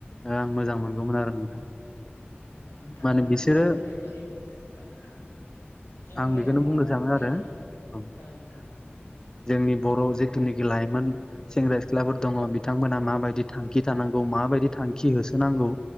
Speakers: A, on the left (about 15°); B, on the left (about 85°).
A: ओ आं मोजां मोनगौमोन आरो नोंथां।
B: नोंगौ नोंथां
A: माने
B: नोंथां
A: बिसोरो
B: बुंनाय मानि औ नोंथां । जोंनियावथ'
A: आं बेखौनो बुंनो सानो
B: बे
A: आरो
B: ओं
A: औ
B: ओं नोंथां।
A: जोंनि बर' जिथुनाखि लाइमोन सेंग्रा सिख्लाफोर दङ बिथांमोनहा माबायदि थांखि थानांगौ माबायदि थांखि होसोनांगौ